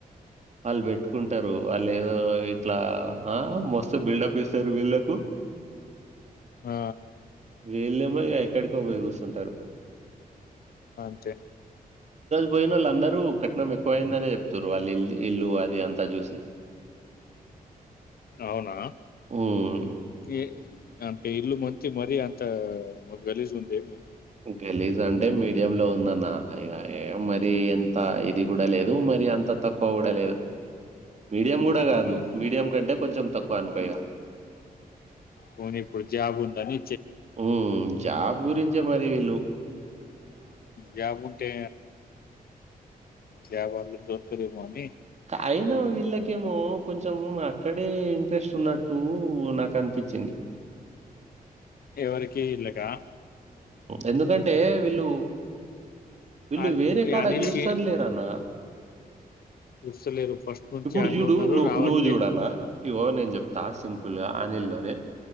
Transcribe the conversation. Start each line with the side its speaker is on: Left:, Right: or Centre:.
Right: వాళ్ళు పెట్టుకుంటారు వాళ్ళు ఏదో ఇట్లా ఆ మస్తు బిల్డప్ ఇస్తారు వీళ్ళలకు
Left: ఆ
Right: వీళ్ళేమో ఇక ఎక్కడికో పోయి కుస్తుంటారు
Left: అంతే
Right: పోయిన వాళ్ళు అందరూ కట్నం ఎక్కువ అయిందనే చెప్తారు వాళ్ళు ఇల్ ఇల్లు అది అంతా చూసి
Left: అవునా
Right: హ్మ్.
Left: ఏ అంతే ఇల్ మధ్య మరీ అంత గలిసి ఉందేమి
Right: గలీజ్ అంటే మీడియం లో ఉందన్న మరి ఎంత ఇది కూడా లేదు మరి అంత తక్కువ కూడా లేదు మీడియం కూడా కాదు
Left: ఉమ్,
Right: మీడియం కంటే కొంచెం తకువాన్ కయా
Left: పోనీపొ జాబ్ ఉందాని
Right: ఉ జాబ్ గురించే మర వీళ్లుు
Left: జాబ్ ఉంటే జాబ్ వాళ్ళు గిరి మమ్
Right: అయినా వీళ్ళకేమో కొంచం అక్కడే ఇంట్రెస్ట్ ఉన్నట్టు నాకు అనిపించింది
Left: ఎవరికి ఇల్లుగా
Right: ఎందుకంటే వీళ్ళు వీళ్ళు
Left: అని
Right: వేరే
Left: మీ
Right: కాడ
Left: అనిల్కి
Right: చూస్తాను లేరన్న
Left: పిలుస్తలేరు ఫస్ట్ నుంచి
Right: ఇప్పుడు
Left: ఆడనే
Right: చూడు
Left: ఉన్నారు
Right: నువ
Left: రావట్లే
Right: నువ్వు చూడనా ఇవో నేను చెప్తా సింపుల్ ల్గా అనిల్ లోనే